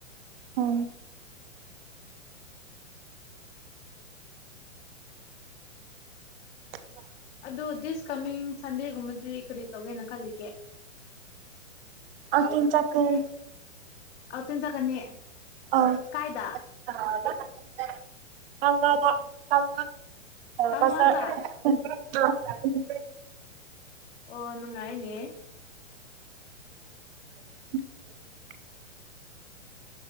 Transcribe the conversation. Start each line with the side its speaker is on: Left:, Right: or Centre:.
Right: ꯑ <inaudible>
Left: ꯑꯗꯣ ꯗꯤꯁ ꯀꯃꯤꯡ ꯁꯟꯗꯦꯒꯨꯝꯕꯗꯤ ꯀꯔꯤ ꯇꯧꯒꯦꯅ ꯈꯜꯂꯤꯒꯦ
Right: ꯑ ꯇꯤꯟ ꯆꯀꯔ
Left: ꯑꯥꯎ ꯇꯤꯟꯖꯥꯛꯀꯅꯤ
Right: ꯑꯥ
Left: ꯀꯥꯏꯗ
Right: <unintelligible> <unintelligible>
Left: ꯀꯪꯂꯥꯗ ꯑꯣ ꯅꯨꯡꯉꯥꯏꯅꯦ
Right: <inaudible>